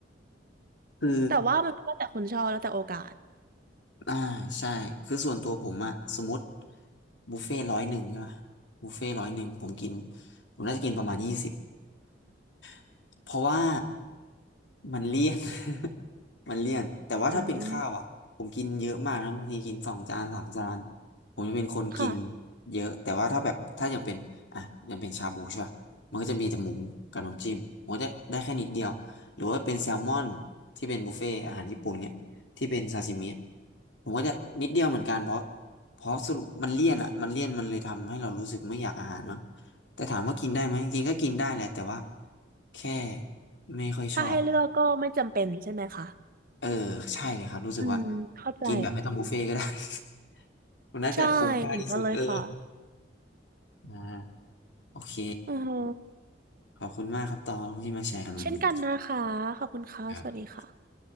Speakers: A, on the left; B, on the right.
A: คือ
B: แต่ว่ามันก็แล้วแต่คนชอบแล้วแต่โอกาส
A: อ่าใช่คือส่วนตัวผมอะสมมติบุฟเฟ่ร้อยหนึ่งใช่ปะบุฟเฟ่ร้อยหนึ่งผมกินผมน่าจะกินประมาณยี่สิบ <laughs> เพราะว่ามันเลี่ยน <laughs> มันเลี่ยนแต่ว่าถ้าเป็นข้าวอะผมกินเยอะมากนะบางทีกินสองจานสามจาน
B: อืม
A: ผมจะเป็นคนกิน
B: ค่ะ
A: เยอะแต่ว่าถ้าแบบถ้าอย่างเป็นอ่ะอย่างเป็นชาบูใช่ปะมันก็จะมีแต่หมูกับน้ำจิ้มผมก็จะได้แค่นิดเดียวหรือว่าเป็นแซลมอนที่เป็นบุฟเฟ่อาหารญี่ปุ่นเนี่ย ที่เป็นซาซิมิผมก็จะนิดเดียวเหมือนกันเพราะเพราะสรุปมันเลี่ยนอ่ะมันเลี่ยนมันเลยทำให้เรารู้สึกไม่อยากอาหารเนาะแต่ถามว่ากินได้ไหมจริงๆก็กินได้แหละแต่ว่าแค่ไม่ค่อยชอบ
B: ถ้าให้เลือกก็ไม่จำเป็นใช่ไหมคะ
A: เออใช่เลยครับรู้สึกว่า
B: อืมเข้าใจ
A: กินแบบไม่ต้องบุฟเฟ่ต์ก็ได้ <laughs> มันน่าจะคุ้มค่าที่สุดเออ
B: ใช่เหมือนกันเลยค่ะ
A: อ่าโอเค
B: อือฮึ
A: ขอบคุณมากครับตองที่มาแชร์กันวันนี้
B: เช่นกันนะคะขอบคุณค่ะสวัสดีค่ะ
A: ครับ